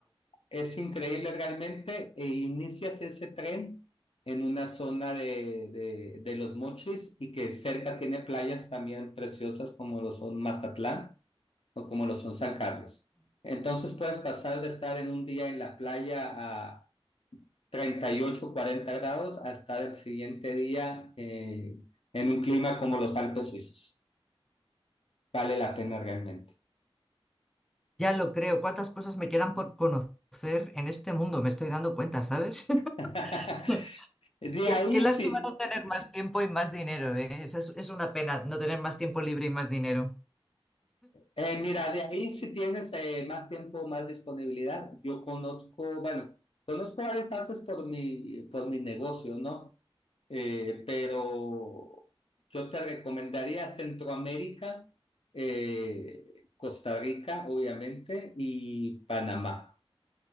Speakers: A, on the left; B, in the centre.
A: es increíble realmente. E inicias ese tren en una zona de, de, de Los Mochis y que cerca tiene playas también preciosas como lo son Mazatlán o como lo son San Carlos. Entonces puedes pasar de estar en un día en la playa a 38, 40 grados a estar el siguiente día eh, en un clima como los Alpes suizos. Vale la pena realmente.
B: Ya lo creo. ¿Cuántas cosas me quedan por conocer en este mundo? Me estoy dando cuenta, ¿sabes? <laughs>
A: <laughs> de
B: Qué,
A: ahí
B: qué lástima
A: sí,
B: no tener más tiempo y más dinero, ¿eh? Esa Es, es una pena no tener más tiempo libre y más dinero.
A: eh, mira, de ahí si tienes eh, más tiempo, más disponibilidad. Yo conozco, bueno, conozco varias partes por mi, por mi negocio, ¿no? eh, pero yo te recomendaría Centroamérica, eh, Costa Rica, obviamente, y Panamá.